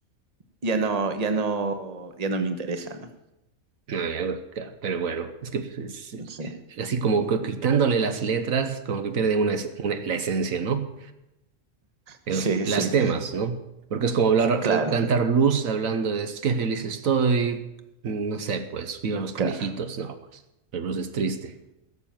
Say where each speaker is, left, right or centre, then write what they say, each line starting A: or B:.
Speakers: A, on the right; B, on the right.
A: ya no, ya no, ya no me interesa, ¿no?
B: no hay algo pero bueno, es que es eh,
A: Sí.
B: así como que quitándole las letras, como que pierde una, es- una- la esencia, ¿no? En
A: Sí,
B: Los, las
A: sí,
B: temas, ¿no? Porque es como hablar,
A: claro,
B: eh, cantar blues hablando de es que feliz estoy, mm, no sé, pues, vivan los conejitos,
A: claro.
B: no, pues, el blues es triste.